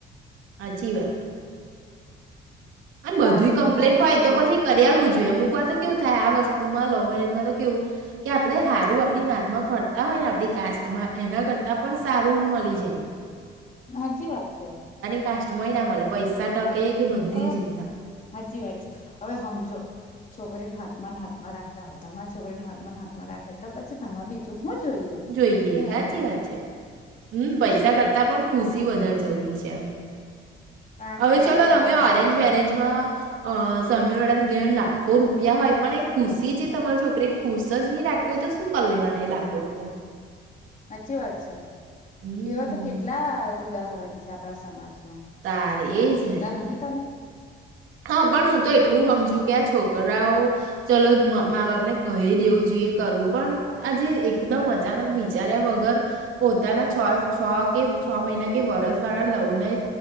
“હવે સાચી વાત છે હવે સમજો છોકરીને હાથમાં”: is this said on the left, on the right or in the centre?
Left